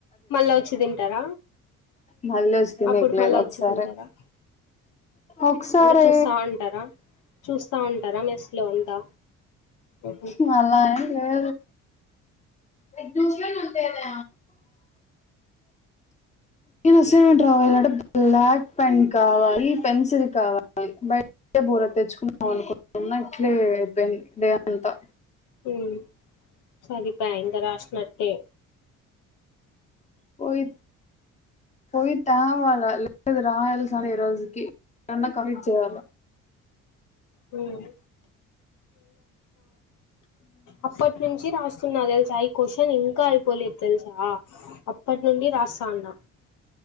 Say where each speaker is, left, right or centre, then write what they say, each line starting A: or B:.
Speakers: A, on the left (about 75°); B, on the left (about 20°).
A: మళ్ళా వచ్చి తింటారా
B: మళ్ళీ వచ్చ తినక్కలేదు
A: అప్పుడు మళ్ళా
B: ఒకసారి
A: వచ్చి తింటారా
B: ఒకసారి
A: అంటే చూస్తా ఉంటారా చూస్తా ఉంటారా మెస్ట్ లో అంతా ఉహు
B: మాలయి ఏ ఎంచి ఉంటనే నేను అసట్ రావాలంటే బ్లాక్ పెన్ కావాలి పెన్సిల్ కావాలి బయట బుర తెచ్చుకుందాం అనుకుంటున్నా అట్లే అయిపోయింది <unintelligible> అంతా
A: హ్మ్ సరిపోయే ఇంత రాసినట్టే
B: పోయి పోయి తేవాల లేదు రాయాల్సిందే ఈ రోజుకి కంప్లీట్ చేయాల
A: హ్మ్ అప్పటి నుంచి రాస్ స్తున్నా తెలుసా ఈ క్వశ్చన్ ఇంకా అయిపోలేదు తెలుసా అప్పటి నుండి రాస్ తన్నా